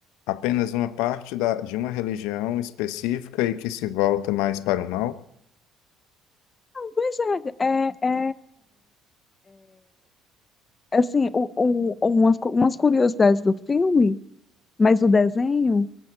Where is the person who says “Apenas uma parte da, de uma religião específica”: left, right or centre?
Left